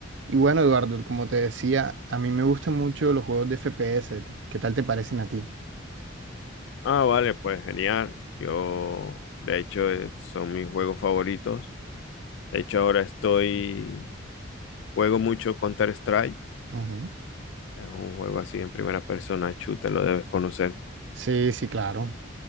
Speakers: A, on the right (about 65°); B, on the left (about 65°).
A: Y bueno, Eduardo, como te decía, a mí me gustan mucho los juegos de FPS. ¿Qué tal te parecen a ti?
B: Ah, vale, pues genial. Yo, de hecho, eh, son mis juegos favoritos. De hecho, ahora estoy, juego mucho Counter-Strike.
A: Ujú.
B: Es un juego así en primera persona, chuta, lo debes conocer.
A: Sí, sí, claro.